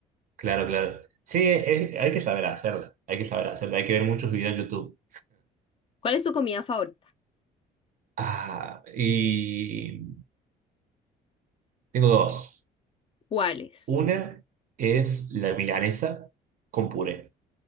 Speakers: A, on the right; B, on the left.
A: Claro, claro. Sí, es- hay que saber hacerla. Hay que saber hacerla. Hay que ver muchos videos en YouTube.
B: ¿Cuál es tu comida favorita?
A: Ah, y tengo dos.
B: ¿Cuáles?
A: Una es la milanesa con puré